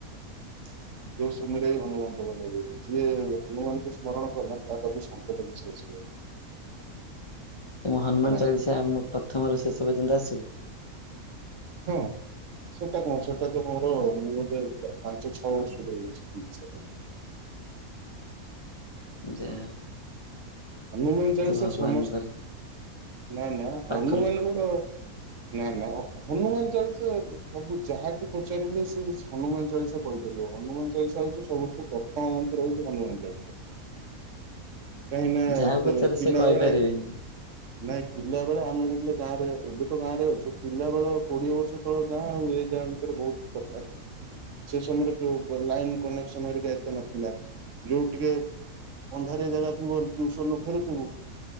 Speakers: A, on the left; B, on the right.
A: <unintelligible>
B: ଯୋଉ ସମୟରେ <unintelligible> ଯିଏ ହନୁମାନଙ୍କୁ ସ୍ମରଣ କଲା, ତା ପାଖକୁ ସଙ୍କଟ କିଛି ଆସିବନି।
A: ତମକୁ ହନୁମାନ
B: ହେଲା।
A: ଚାଳିଶା, ମୁଁ ପ୍ରଥମରୁ ଶେଷ ପର୍ଯ୍ୟନ୍ତ ଆସିବ?
B: ହଁ ସେଇଟା କଣ, ସେଟା ତ ମୋର ମୁଁ ବୋଧେ ପାଞ୍ଚ ଛଅ ବର୍ଷରୁ ଶିଖିଛି ସେଇଟା।
A: ଯା ହଉ।
B: ହନୁମାନ ଚାଳିଶା
A: ଭଗବାନଙ୍କର
B: ସମସ୍ତ, ନା ନା
A: ପାଖ
B: ହନୁମାନଙ୍କର
A: ଲୋକ
B: ନା ନା ହନୁମାନ ଚାଳିଶା, ସବୁ ଯାହାକୁ ପଚାରିଲେ ସେ ହନୁମାନ ଚାଳିଶା କହିପାରିବ, ହନୁମାନ ଚାଳିଶା ହଉଚି ସବୁଠୁ ପ୍ରଥମ ମନ୍ତ୍ର ହଉଚି, ହନୁମାନ ଚାଳିସା।
A: <inaudible>
B: କାହିଁକି ନା
A: ଯାହାକୁ ପଚାର
B: ପିଲା
A: ସେ କହିପାରିବେନି।
B: ବେଳେ ନାଇଁ ପିଲା ବେଳେ ଆମେ ଯେତେବେଳେ ଗାଁରେ ଏବେ ତ ଗାଁରେ ଅଛୁ ପିଲାବେଳ କୋଡିଏ ବର୍ଷ ଗାଁ ହୁଏ ତାହା ଭିତରେ ବହୁତ ପ୍ରକାର ସେ ସମୟରେ ଯୋଉ ଲାଇନ କନେକ୍ସନ ହେରିକା ଏତେ ନଥିଲା ଯୋଉ ଟିକେ ଅନ୍ଧାରିଆ ଜାଗା ଥିବ ଟ୍ୟୁସନରୁୁ ଫେରୁଥିବୁ।